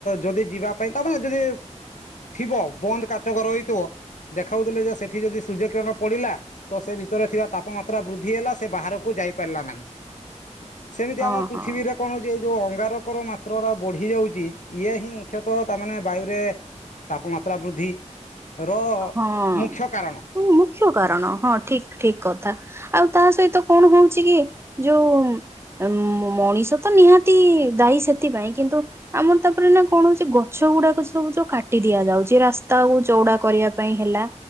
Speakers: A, on the left; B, on the right.
A: ଯଦି ଯିବା ପାଇଁ ତାମାନେ ଯଦି ଥିବ ବନ୍ଦ କାଚ ଘର ହେଇଥିବ ଦେଖାଉଥିଲେ ଯେ ସେଠି ଯଦି ସୂର୍ଯ୍ୟ କିିରଣ ପଡିଲା ତ ସେ ଭିତରେ ଥିବା ତାପମାତ୍ରା ବୃଦ୍ଧି ହେଲା ସେ ବାହାରକୁ ଯାଇ ପାରିଲା ନାହିଁ। ସେମିତି
B: ହଁ
A: ଆମ ପୃଥିବୀରେ
B: ହଁ
A: କଣ ହଉଛି ଜେ ଯୋଉ ଅଙ୍ଗାରକର ମାତ୍ରଟା ବଢି ଯାଉଛି ଇଏ ହିଁ ମୁଖ୍ୟତଃ ତାମାନେ ବାୟୁରେ ତାପମାତ୍ରା ବୃଦ୍ଧି। ର
B: ହଁ
A: ମୁଖ୍ୟ କାରଣ
B: ମୁଖ୍ୟ କାରଣ ହଁ ଠିକ ଠିକ କଥା। ଆଉ ତା ସହିତ କଣ ହଉଛି କି ଯୋଉ ଉ ମଣିଷ ତ ନିହାତି ଦାୟୀ ସେଥିପାଇଁ କିନ୍ତୁ ଆମର ତାପରେ ନା କଣ ହଉଛି ଗଛ ଗୁଡାକ ସବୁ ଯୋଉ କାଟି ଦିଆଯାଉଛି ରାସ୍ତାକୁ ଚଉଡା କରିବା ପାଇଁ ହେଲା